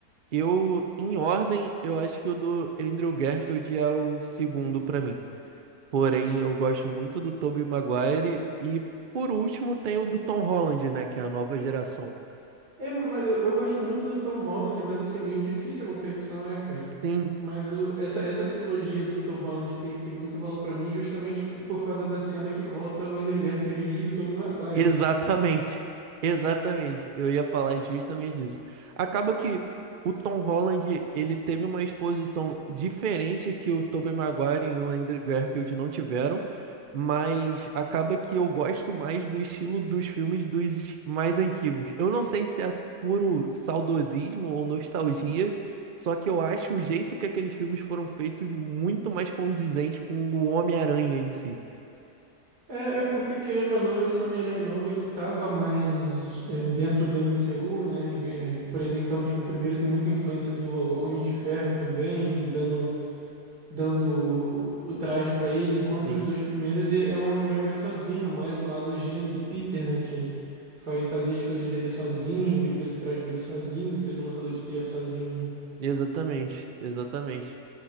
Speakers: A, on the right; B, on the right.
A: Eu, em ordem, eu acho que o do Andrew Garfield é o segundo pra mim. Porém, eu gosto muito do Tobey Maguire e, por último, tem o do Tom Holland, né, que é a nova geração.
B: É, mas eu, eu gosto muito do Tom Holland, mas assim, é meio difícil a competição, né, cara?
A: Sim,
B: Mas eu- essa, essa trilogia do Tom Holland tem, tem muito valor pra mim justamente por, por causa da cena que volta o Andrew Garfield e o Tobey Maguire,
A: Exatamente,
B: né?
A: exatamente. Eu ia falar justamente isso. Acaba que o Tom Holland, ele teve uma exposição diferente que o Tobey Maguire e o Andrew Garfield não tiveram, mas acaba que eu gosto mais do estilo dos filmes dos mais antigos. Eu não sei se é puro saudosismo ou nostalgia, só que eu acho o jeito que aqueles filmes foram feitos muito mais condizente com o Homem-Aranha em si.
B: É, é porque, querendo ou não, esse Homem-Aranha novo, ele tava mais é, dentro do MCU, né? Em- é, por exemplo, então, tipo, o primeiro tem muita influência do Homem de Ferro também, dando dando o traje pra ele, enquanto
A: Sim,
B: os dois primeiros é é um Homem-Aranha mais sozinho, mais o lado gênio do Peter, né, que fa- fazia as coisas dele sozinho e fez o traje dele sozinho, fez o lançador de teia sozinho, né?
A: exatamente, exatamente.